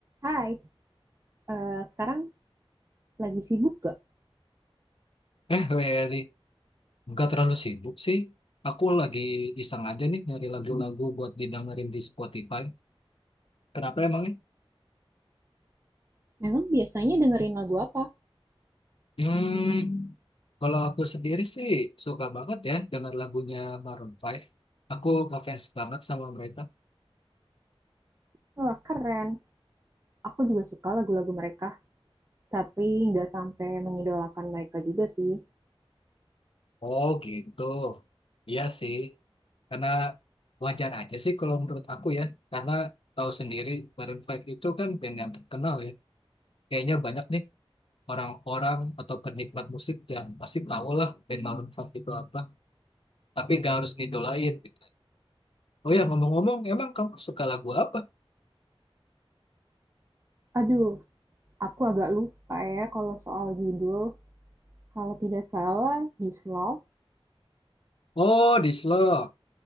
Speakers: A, on the right (about 30°); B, on the left (about 65°).
A: Hai, eh, sekarang lagi sibuk gak?
B: Eh, Wery, nggak terlalu sibuk sih. Aku lagi iseng aja nih nyari lagu-lagu buat didengerin di Spotify. Kenapa emangnya?
A: Memang biasanya dengerin lagu apa?
B: Hmm, kalau aku sendiri sih suka banget ya dengar lagunya Maroon Five Aku ngefans banget sama mereka.
A: Wah, keren. Aku juga suka lagu-lagu mereka, tapi nggak sampai mengidolakan mereka juga sih.
B: Oh gitu. Iya sih. Karena wajar aja sih kalau menurut aku ya. Karena tahu sendiri Maroon Five itu kan band yang terkenal ya. Kayaknya banyak nih orang-orang atau penikmat musik yang pasti tahu lah band Maroon 5 itu apa, tapi nggak harus ngidolain gitu. Oh ya ngomong-ngomong, emang kamu suka lagu apa?
A: Aduh, aku agak lupa ya kalau soal judul. Kalau tidak salah, This Love.
B: Oh, This Love.